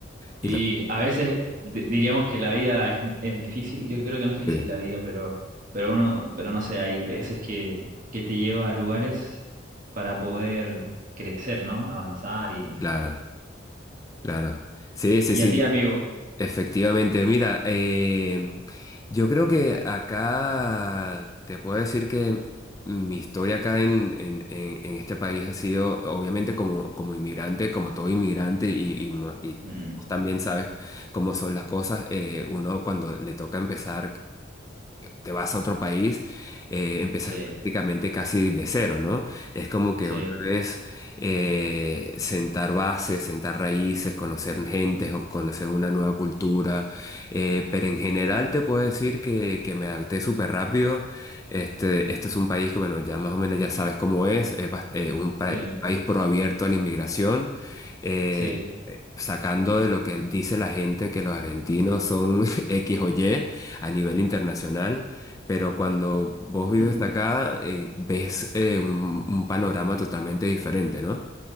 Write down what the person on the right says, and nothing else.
Y
a veces di- diríamos que la vida es, es difícil. Yo creo que no es difícil
la vida, pero, pero uno, pero no sé, hay veces que, que te lleva a lugares para poder crecer, ¿no? Avanzar y,
y
a ti, amigo.
Mm,
sí,
sí,
sí,
sí.
<laughs>